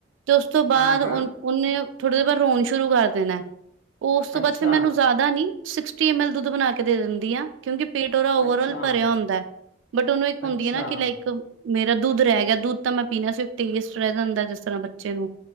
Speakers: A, on the right (about 70°); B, on the left (about 70°).
A: ਤੇ ਉਸ ਤੋਂ ਬਾਅਦ
B: ਹਾਂ-ਹਾਂ
A: ਉਹ ਉਹਨੇ ਥੋੜੇ ਦੇਰ ਬਾਅਦ ਰੋਣ ਸ਼ੁਰੂ ਕਰ ਦੇਣਾ। ਉਸ ਤੋਂ
B: ਅੱਛਾ,
A: ਬਾਅਦ ਫਿਰ ਮੈ ਉਹਨੂੰ ਜ਼ਿਆਦਾ ਨੀ ਸਿਕਸਸਟੀ ਐਮ ਐਲ ਦੁੱਧ ਬਣਾ ਕੇ ਦੇ ਦਿੰਦੀ ਆ ਕਿਉਂਕਿ ਪੇਟ ਉਹਦਾ ਓਵਰਆਲ
B: ਅੱਛਾ,
A: ਭਰਿਆ ਹੁੰਦਾ ਬਟ ਉਹਨੂੰ ਇੱਕ ਹੁੰਦੀ
B: ਅੱਛਾ।
A: ਆ ਨਾ ਕਿ ਲਾਈਕ ਮੇਰਾ ਦੁੱਧ ਰਹਿ ਗਿਆ ਦੁੱਧ ਤਾਂ ਮੈਂ ਪੀਣਾ ਸੀ। ਟੇਸਟ ਰਹਿ ਜਾਂਦਾ ਜਿਸ ਤਰ੍ਹਾਂ ਬੱਚੇ ਨੂੰ